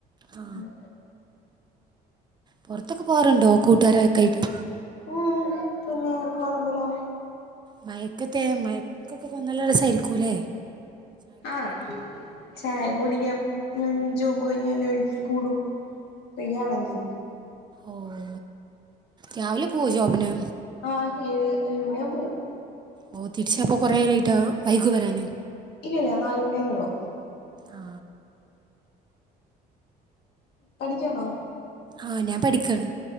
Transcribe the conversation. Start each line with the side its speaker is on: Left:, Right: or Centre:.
Right: ആ
Left: ഉം
Right: പുറത്തൊക്കെ പോവാറുണ്ടോ കൂട്ടുകാരാക്കെയിട്ട്
Left: ഓഹ് പിന്നെ പോവാറുണ്ടല്ലോ
Right: മഴക്കക്കെ മഴക്കൊക്കെ പോവാൻ നല്ല രസായിരിക്കുല്ലേ
Left: ആഹ് ചായ കുടിക്കാം ഉം ജോബ് കഴിഞ്ഞ് വെര്ണ വഴിക്കിക്കൂടും ഫ്രീയാണങ്കി
Right: ഓഹ് രാവിലെ പോവോ ജോബ്ന്?
Left: ആഹ് ഏഴ് ഏഴു മണിയാമ്പോവും
Right: ഓഹ് തിരിച്ചപ്പോ കൊറേ ലേറ്റാവും ബൈക്ക് വരാന്
Left: ഇല്ലല്ല നാല് മണിവരേള്ളു
Right: ആ
Left: പഠിക്ക്യാണോ?
Right: ആഹ് ഞാൻ പഠിക്കാണ്